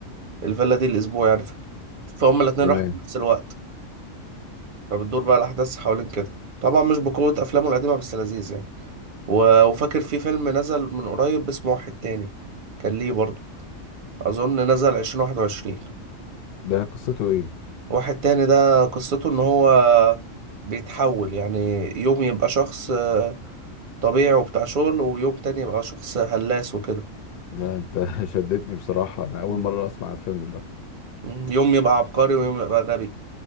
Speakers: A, on the right; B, on the left.
A: الفيلا دي الأسبوع يعني فهم الاتنين
B: تمام
A: راحوا في نفس الوقت فبتدور بقى الأحداث حوالين كده طبعا مش بقوة أفلامه القديمة بس لذيذ يعني و- وفاكر في فيلم نزل من قريب اسمه واحد تاني كان ليه برضه أظن نزل عشرين واحد وعشرين
B: ده قصته ايه
A: واحد تاني ده قصته إن هو بيتحول يعني يوم يبقى شخص آه، طبيعي وبتاع شغل ويوم تاني يبقى شخص هلاس وكده
B: لا انت <laughs> شدتني بصراحه انا اول
A: مم.
B: مره اسمع الفيلم ده
A: مم. يوم يبقى عبقري ويوم يبقى غبي